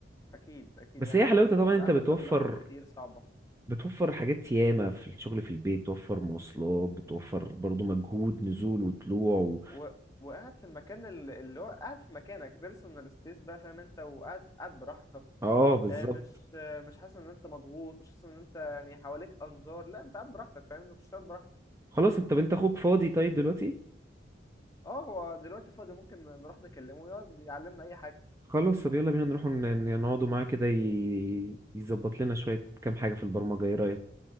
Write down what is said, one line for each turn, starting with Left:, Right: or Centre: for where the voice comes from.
Left: اكيد اكيد
Right: بس
Left: يعني
Right: هي
Left: عايز
Right: حلاوتها
Left: اقول لك
Right: طبعا
Left: القعده
Right: انت بتوفر
Left: قدام اللابتوب كتير صعبه
Right: بتوفر حاجات ياما في الشغل في البيت بتوفر مواصلات بتوفر برضو مجهود نزول وطلوع و...
Left: و... وقاعد في المكان ال- اللي هو قاعد في مكانك بيرسونال سبيس بقى فاهم انت وقاعد قاعد براحتك
Right: اه بالظبط
Left: آه، مش آه، مش حاسس ان انت مضغوط مش حاسس ان انت يعني حواليك انظار لا انت قاعد براحتك فاهم انت بتشتغل براحتك
Right: خلاص انت انت اخوك فاضي طيب دلوقتي
Left: اه هو دلوقتي فاضي ممكن نروح نكلمه يقعد يعلمنا اي حاجه
Right: خلاص طب يلا بينا نروح نقعدوا معاه كده ي- يظبط لنا شوية كام حاجة في البرمجة ايه رأيك